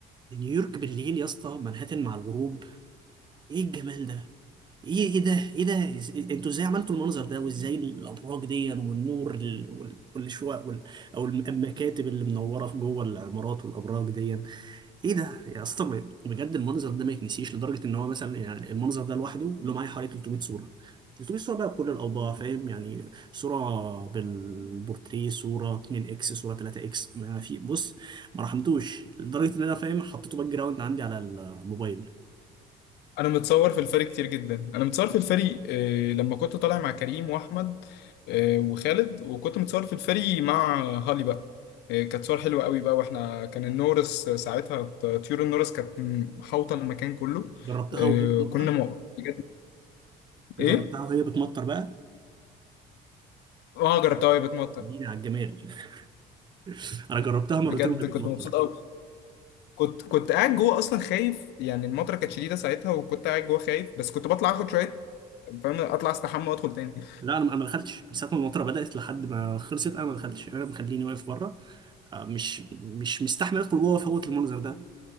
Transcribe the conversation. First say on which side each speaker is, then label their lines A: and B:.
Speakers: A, on the right (about 25°); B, on the left (about 85°).
A: نيويورك بالليل يا اسطى منهاتن مع الغروب ايه الجمال ده ايه ايه ده ايه ده إز- انتوا ازاي عملتوا المنظر ده وازاي الابراج دي والنور ال- وال- والشقق وال- او الم- المكاتب اللي منوره في جوه العمارات والابراج دي ايه ده يا اسطى بجد المنظر ده ما يتنسيش لدرجه ان هو مثلا يعني المنظر ده لوحده له معايا حوالي 300 صوره 300 صوره بقى بكل الاوضاع فاهم يعني صوره بالبورتريه صوره 2 اكس صوره 3 اكس ما في بص ما رحمتوش لدرجه ان انا فاهم حطيته باك جراوند عندي على الموبايل
B: انا متصور في الفريق كتير جدا انا متصور في الفريق آه، لما كنت طالع مع كريم واحمد آه، وخالد وكنت متصور في الفريق مع هالي بقى آه، كانت صور حلوه قوي بقى واحنا كان النورس ساعتها طيور النورس كانت محاوطه المكان كله
A: جربتها
B: آه،
A: وهي بتمطر
B: كنا م... بجد
A: جربتها
B: ايه
A: وهي بتمطر بقى
B: اه جربتها وهي بتمطر
A: اديني على الجمال <laughs> انا جربتها مرتين
B: بجد
A: وهي بتمطر
B: كنت مبسوط قوي كنت كنت قاعد جوه اصلا خايف يعني المطره كانت شديده ساعتها وكنت قاعد جوه خايف بس كنت بطلع اخد شويه فاهم اطلع استحمى وادخل تاني
A: لا انا أنا ما دخلتش من ساعه ما المطره بدات لحد ما خلصت انا ما دخلتش انا مخليني واقف بره آه، مش مش مستحمل ادخل جوه فوت المنظر ده